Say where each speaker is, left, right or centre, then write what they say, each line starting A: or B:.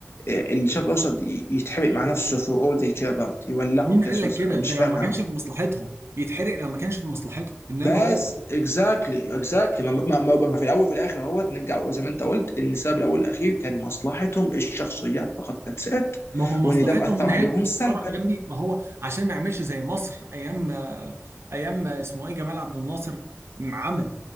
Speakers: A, on the left; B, on the right.
A: الشرق الاوسط ي- يتحرق مع نفسه for all they care about يولعوا
B: مين
A: بجاز
B: قال لك
A: وزع.
B: كده
A: مش
B: ده
A: فارق
B: لو ما
A: معاهم
B: كانش في مصلحتهم يتحرق لو ما كانش في مصلحته انما
A: بس
B: هو
A: اكزاكتلي اكزاكتلي ما, ما, ما في الاول وفي الاخر اهوت نرجع زي ما انت قلت ان السبب الاول والاخير كان مصلحتهم الشخصيه فقط ذاتس ات
B: ما هو مصلحتهم
A: وان ده مأثر
B: ان
A: عليهم
B: هي مقصره
A: سلبا
B: يا ابني ما هو عشان ما يعملش زي مصر ايام ايام اسمه ايه جمال عبد الناصر م- عمل